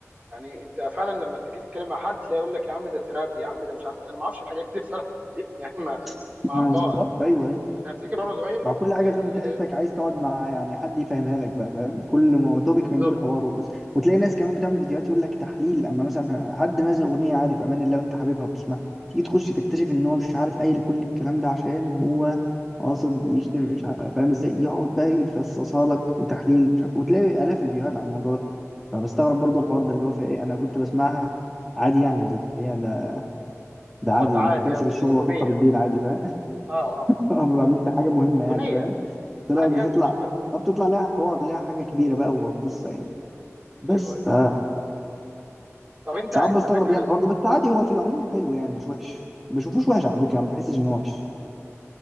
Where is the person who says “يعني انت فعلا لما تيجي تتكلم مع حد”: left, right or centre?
Right